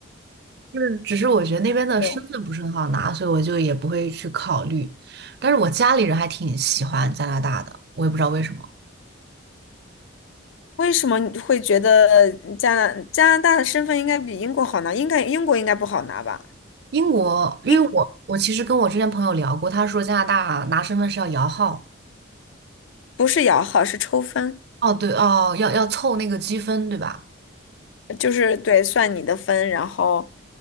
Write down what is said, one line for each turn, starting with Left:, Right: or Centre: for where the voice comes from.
Right: 就是只是我觉得那边的身份不是很好拿，
Left: 嗯，
Right: 所以我就也不会去考虑。但是我家里人还挺喜欢加拿大的，我也不知道为什么。
Left: 为什么你会觉得加拿加拿大的身份应该比英国好拿？应该英国应该不好拿吧？
Right: 英国，因为我我其实跟我之前朋友聊过，
Left: 英
Right: 他说加拿大拿身份是要摇号，
Left: 不是摇号，是抽分。
Right: 哦对哦，要要凑那个积分对吧？
Left: 就是对，算你的分，然后，